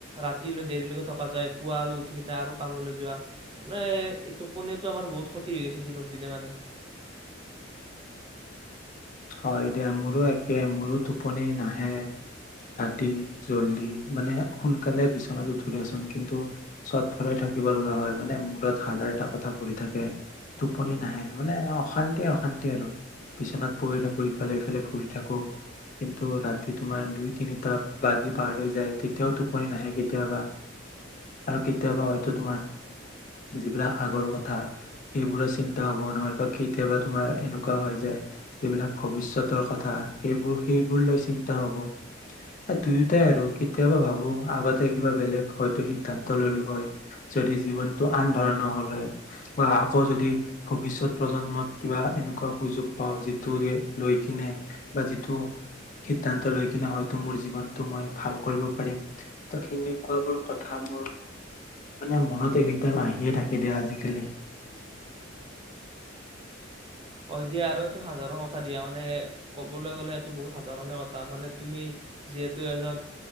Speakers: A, on the right (about 25°); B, on the left (about 40°).
A: ৰাতিলৈ দেৰিলৈকে থকা যায় পুৱা আৰু উঠি কি আৰু কামলৈ যোৱা মানে টোপনো আমাৰ বহুত ক্ষতি হৈ গৈছে দিনক দিনে মানে
B: হয় দিয়া মোৰো একে মোৰো টোপনি নাহে ৰাতি জল্দি মানে সোনকালে বিচনাত উঠো দেচোন কিন্তু চট ফৰাই থাকিব লগা হয় মানে মূৰত হাজাৰটা কথা ঘূৰি থাকে টোপনি নাহে মানে অশান্তি অশান্তি আৰু বিচনাত পঢ়ি থাকো ইফালে ইফালে ঘূৰি থাকো কিন্তু ৰাতি তোমাৰ দুই তিনিটা বাজি পাৰ হৈ যায় তেতিয়াও টোপনি নাহে কেতিয়াবা আৰু কেতিয়াবা হয়তো তোমাৰ যিবিলাক আগৰ কথা সেইবোৰৰ চিন্তা হব নহয় বা কেতিয়াবা তোমাৰ এনেকুৱা হয় যে যিবিলাক ভৱিষ্যতৰ কথা সেইবোৰ সেইবোৰ লৈ চিন্তা হব এই দুয়োটাই আৰু কেতিয়াবা ভাবো আগতে কিবা বেলেগ হয়তো সিদ্ধান্ত ললো হয় যদি জীৱনটো আন ধৰণৰ হলে বা আকৌ যদি ভৱিষ্যত প্ৰজন্মত কিবা এনেকুৱা সুযোগ পাওঁ যে টোৱে লৈ কিনে বা যিটো সিদ্ধান্ত লৈ কিনে হয়তো মোৰ জীৱনটো মই ভাল কৰিব পাৰিম ত সেনেকুৱা বোৰ কথা মোৰ মানে মনত এনি টাইম আহিয়ে থাকে দিয়া আজিকালি।
A: হয় দিয়া আৰু এইটো সাধাৰণ কথা দিয়া মানে ক'বলৈ গলে এইটো বহুত সাধাৰণ কথা মানে তুমি যিহেতু এজন